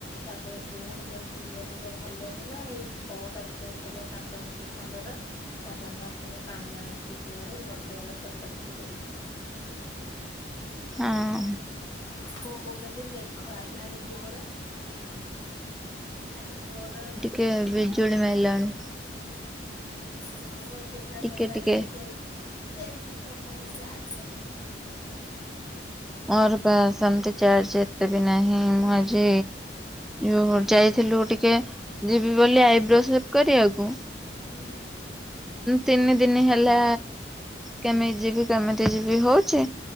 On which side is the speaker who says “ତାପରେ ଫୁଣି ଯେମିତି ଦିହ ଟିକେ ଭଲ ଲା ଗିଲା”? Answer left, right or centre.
Left